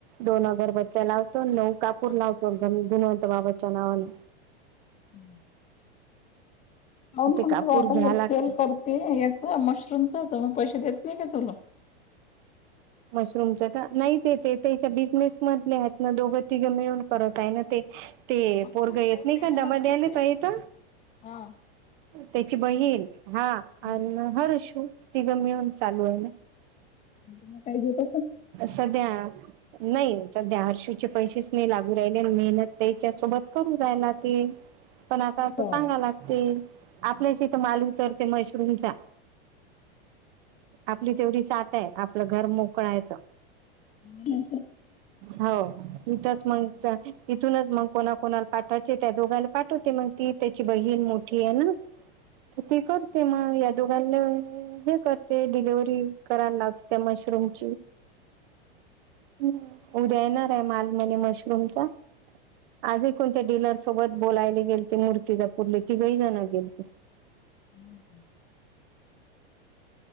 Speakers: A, on the right; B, on the left.
A: दोन अगरबत्त्या लावतो नऊ कापूर लावतो गुनवंत बाबाच्या नावाने
B: हं होण
A: ते
B: मग
A: कापूर
B: तू आता
A: घ्या
B: हे सेल
A: लागतं
B: करते याच मशरूमच मग पैसे देत नाही का तुला
A: मशरूमच का नाही ते ते त्याच्या बिझनेस मधले आहेत ना दोघं तिघं मिळून करत आहे ना ते ते
B: मग
A: पोरगा
B: काय
A: येत
B: काही
A: नाही
B: पेमेंट
A: का दमा
B: असेल
A: द्याला
B: ना त्याले?
A: पायेत
B: हा.
A: त्याची बहीण हा
B: नाही
A: आणि हर्शू तिघं मिळून चालू आहे ना
B: ग काही जेत
A: सध्या नाही सध्या हर्षीचे पैसेच नाही लागू राहिले मेहनत त्याच्या सोबत करू राहायला ते पण आता असं
B: का?
A: चांगा लागते आपल्याची इथ माल उतरते मशरूमचा आपली तेवढी साथ आहे आपलं घर मोकळयच
B: मला
A: ह हो इथच मग इथूनच मग कोणा कोणाला पाठवायचे त्या दोघांला पाठवते मग ती त्याची बहीण मोठी आहे ना तर ते करते मग या दोघांना हे करते डिलेिव्हरी करायला लावते त्या मशरूम <inaudible> ह उद्या येणार आहे मालमने मशरूमचा आजी कोणत डीलर सोबत बोलायला गेल ते मूर्ती जपरली तिघही जणं गेल ते
B: हम्